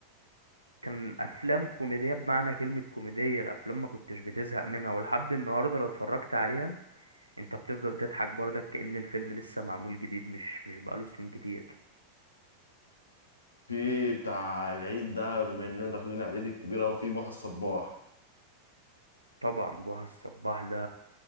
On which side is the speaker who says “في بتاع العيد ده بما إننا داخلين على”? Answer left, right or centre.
Left